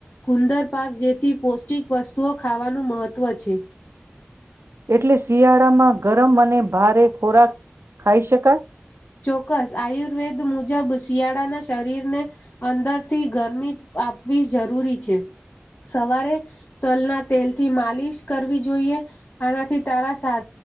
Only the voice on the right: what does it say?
એટલે શિયાળામાં ગરમ અને ભારે ખોરાક ખાઈ શકાય?